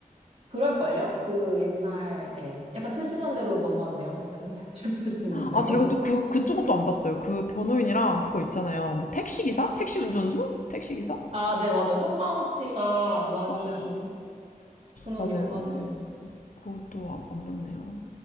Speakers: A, on the right (about 45°); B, on the left (about 60°).
A: 그럴걸요? 그 옛날, 예. 약간 70년대로 넘어왔네요, 갑자기. <laughs> 70, 80년대로.
B: 아, 제가 또 그, 그쪽은 또 안 봤어요. 그 변호인이랑 그거 있잖아요. 뭐 택시기사? 택시 운전수? 택시기사?
A: 아, 네, 맞아요. 송강호 씨가 많이
B: 맞아요.
A: 그런
B: 맞아요.
A: 영화들.
B: 그것도 안, 안 봤네요.